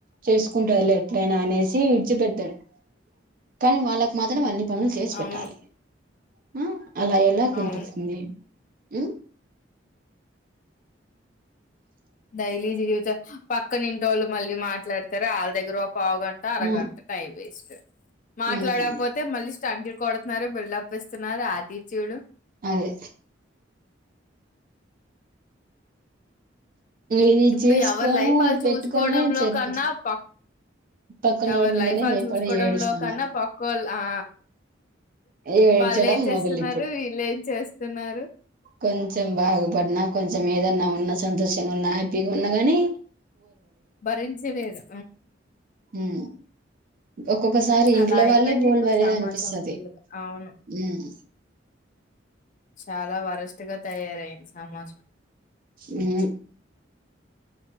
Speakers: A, on the right; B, on the left.
A: చేసుకుంటారుళే ఎట్లయినా అనేసి విడిచిపెతారు కానీ వాళ్ళకు మాత్రమ్ అన్ని పనులు చేసి
B: అవును
A: పెట్టాలి ఉ అలా ఎలా కుదురుతుంది.
B: అవును
A: మ్
B: దైలీ జీవిత పక్క నింటోళ్ళు మళ్ళీ మాట్లాడతరు ఆళ్ళ దగ్గర పావు గంట అరగంట
A: ఆ,
B: టైం వేస్ట్ మాట్లాడకపోతే
A: ఉమ్
B: మళ్ళీ స్టంగ్ కొడుతున్నారు బిల్డప్ చూపిస్తున్నారు. ఆటిట్యూడ్
A: అదే ఇది
B: ఇప్పుడు
A: చూసుకొని
B: ఎవరి లైఫ్ ఆళ్ళు చూసుకోవడంలో
A: పెట్టుకొని చెరిపో
B: కన్నా ప
A: పక్కనోడి
B: ఎవరి
A: మీదనే
B: లైఫ్ చూసుకోవడంలో
A: పడి ఏడుస్తున్నారు
B: కన్నా పక్కోళ ఆ
A: ఏడ్చడం
B: వాళ్ళు ఏం చేస్తున్నారు
A: మొదలు
B: వీళ్ళు ఏం చేస్ స్తున్నారు.
A: కొంచం బాగుపడినా కొంచం ఏదన్నా ఉన్నా సంతోషంగా ఉన్నా హ్యాపీగున్నా గనీ
B: భరించలేరు
A: ఉమ్ ఒక్కొక్కసారి ఇంట్లో
B: అలా అయిపోయింది
A: వాళ్ళే ఓర్వలేర్
B: ఇప్పుడు సమాజం
A: అనిపిస్తది.
B: ఫుల్లుగా అవును
A: మ్
B: చాలా వరస్ట్గా తయారయింది సమాజం
A: మ్